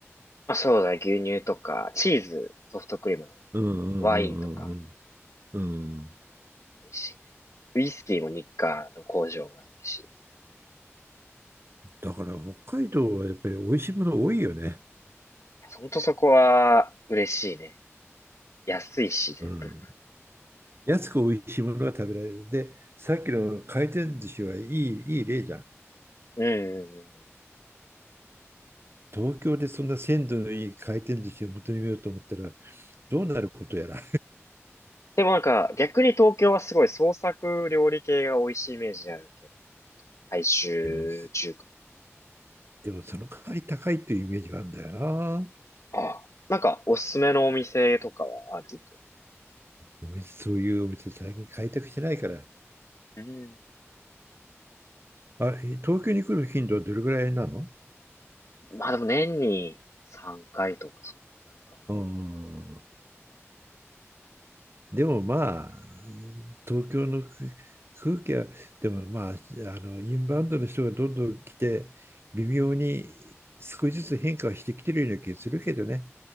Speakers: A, on the left; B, on the right.
A: まあ、そうだ、牛乳とか、チーズ、ソフトクリーム、
B: うんうんうん
A: ワインとか、
B: うんうん。うん。
A: 美味しいね。ウイスキーも日課の工場があるし。
B: だから北海道はやっぱり美味しいもの多いよね。
A: ほんとそこは、嬉しいね。安いし、全部。
B: うん。安く美味しいものが食べられる。で、さっきの回転寿司はいい、いい例じゃん。
A: うんうんうん。
B: 東京でそんな鮮度のいい回転寿司を求めようと思ったらどうなることやら。
A: でもなんか、逆に東京はすごい創作料理系が美味しいイメージであるけど、大衆中華。
B: でも、でもその代わり高いというイメージがあるんだよな。
A: ああ。なんか、おすすめのお店とかはある
B: お店そういうお店最近開拓してないから。
A: うん。
B: あ、東京に来る頻度はどれぐらいなの
A: まあでも年に3回とかそのぐらいかな。
B: うん。でもまあ、東京の空空気は、でもまあ、あの、インバウンドの人がどんどん来て、微妙に少しずつ変化はしてきてるような気がするけどね。